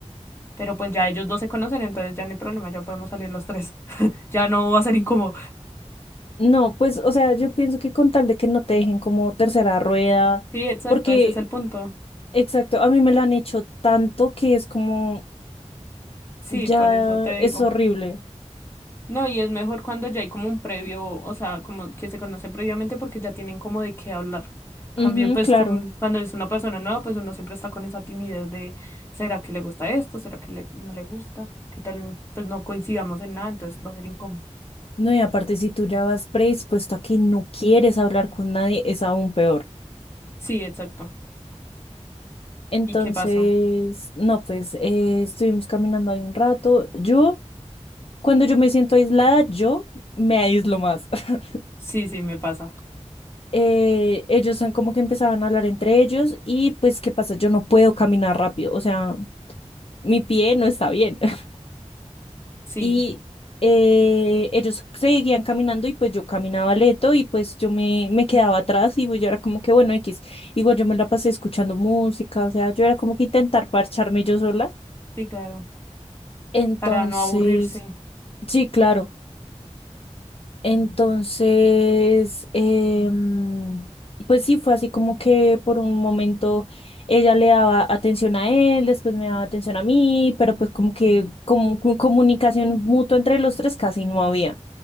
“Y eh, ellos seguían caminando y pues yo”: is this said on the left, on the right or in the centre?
Left